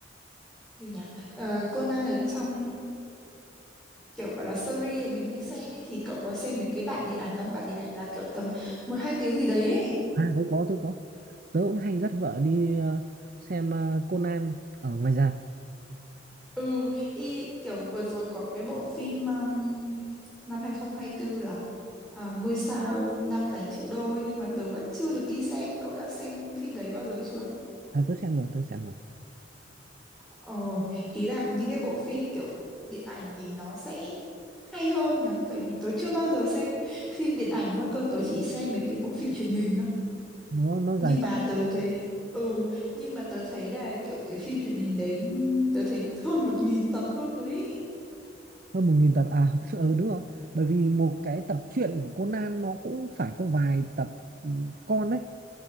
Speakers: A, in the centre; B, on the right (about 50°).
A: gì nhỉ? Ờ, Conan ở trong kiểu gọi là series mà mình hay xem ý, thì cậu có xem mấy cái bản điện ảnh không? Bản điện ảnh là kiểu tầm một hai tiếng gì đấy ấy.
B: à tớ có tớ có tớ cũng hay dắt vợ đi ờ, xem ờ, Conan ở ngoài rạp
A: Ừ, y, kiểu vừa rồi có cái bộ phim um, năm 2024 là à, Ngôi sao năm cánh triệu đô ấy, nhưng mà tớ vẫn chưa được đi xem. Cậu đã xem phim đấy bao giờ chưa?
B: à, tớ xem rồi tớ xem rồi
A: Ồ, ý là những cái bộ phim kiểu điện ảnh thì nó sẽ hay hơn nhở tại vì tớ chưa bao giờ xem phim điện ảnh luôn cơ tớ chỉ xem mấy cái bộ phim truyền hình thôi
B: nó nó dài
A: nhưng mà tớ thấy ừ nhưng mà tớ thấy là kiểu cái phim truyền hình đấy tớ thấy hơn một nghìn tập luôn rồi ý
B: hơn một nghìn tập à <laughs> ừ đúng rồi bởi vì một cái tập truyện của Conan nó cũng phải có vài tập ừ, con đấy